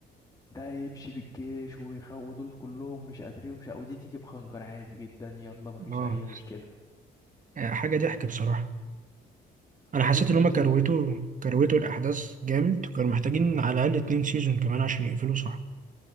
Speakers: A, on the left; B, on the right.
A: ده يمشي بالجيش ويخو دول كلهم مش قادرين ومش ودي تيجي بخنجر عادي جدا يلا مفيش
B: اه
A: اي مشكله
B: آه، حاجة ضحك بصراحة أنا
A: اول
B: حسيت
A: كام
B: إن هما كروتوا
A: سيزون
B: كروتوا الأحداث جامد وكانوا محتاجين على الأقل اتنين سيزون كمان عشان يقفلوا صح